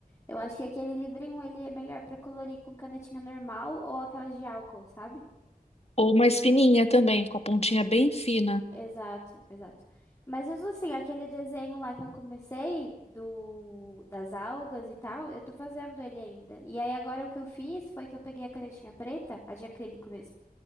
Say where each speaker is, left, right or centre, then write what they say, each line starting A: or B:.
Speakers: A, on the left; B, on the left.
A: Eu acho que aquele livrinho, ele é melhor pra colorir com canetinha normal ou aquelas de álcool, sabe?
B: Ou mais fininha também, com a pontinha bem fina,
A: Exato, exato. Mas mesmo assim, aquele desenho lá que eu comecei do das algas e tal, eu tô fazendo ele ainda. E aí agora o que eu fiz foi que eu peguei a canetinha preta, a de acrílico mesmo.